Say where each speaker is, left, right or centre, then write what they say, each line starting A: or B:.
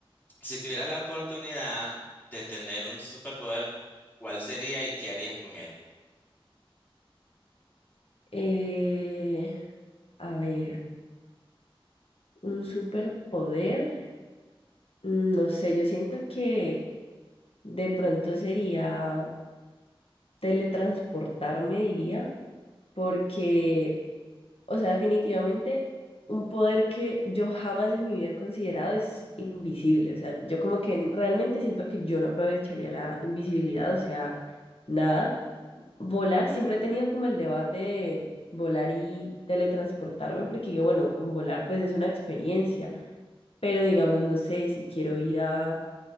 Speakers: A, on the left; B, on the left.
A: Si tuvieras la oportunidad de tener un superpoder, ¿cuál sería y qué harías con él?
B: Eh, a ver, un superpoder. Mm, No sé, yo siento que de pronto sería teletransportarme, diría, porque O sea, definitivamente un poder que yo jamás en mi vida he considerado es invisible. O sea, yo como que realmente siento que yo no aprovecharía la invisibilidad, o sea, nada. Volar, siempre he tenido como el debate de volar y teletransportarme, porque digo, bueno, con volar pues es una experiencia, pero digamos, no sé, si quiero ir a